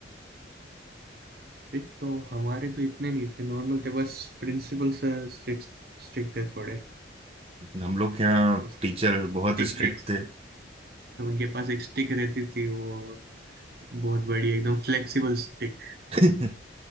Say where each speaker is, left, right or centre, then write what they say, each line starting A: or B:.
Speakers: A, on the right (about 55°); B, on the right (about 30°).
A: स्ट्रिक्ट तो हमारे तो इतने नहीं थे नॉर्मल थे बस प्रिंसिपल सर स्ट्रिक्ट स्ट्रिक्ट थे थोड़े
B: हम लोग के यहाँ
A: उसके
B: टीचर
A: स्टिक
B: बहुत स्ट्रिक्ट
A: एक
B: थे
A: उनके पास एक स्टिक रहती थी वो बहुत बड़ी एकदम फ्लेक्सिबल स्टिक
B: तो